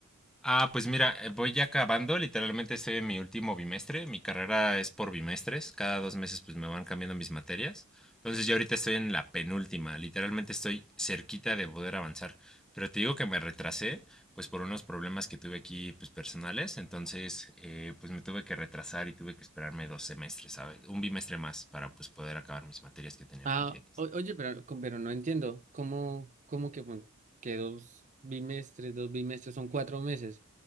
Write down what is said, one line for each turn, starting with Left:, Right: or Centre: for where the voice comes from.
Centre: Ah, pues mira, eh, voy ya acabando, literalmente estoy en mi último bimestre, mi carrera es por bimestres, cada dos meses pues me van cambiando mis materias, entonces yo ahorita estoy en la penúltima, literalmente estoy cerquita de poder avanzar, pero te digo que me retrasé pues por unos problemas que tuve aquí pues personales, entonces eh, pues me tuve que retrasar y tuve que esperarme dos semestres, ¿sabes? Un bimestre más para pues poder acabar mis materias que tenía
Right: Ah,
Centre: pendientes.
Right: o- oye, pero, co- pero no entiendo. ¿Cómo, cómo que, fun- que dos bimestres, dos bimestres son cuatro meses?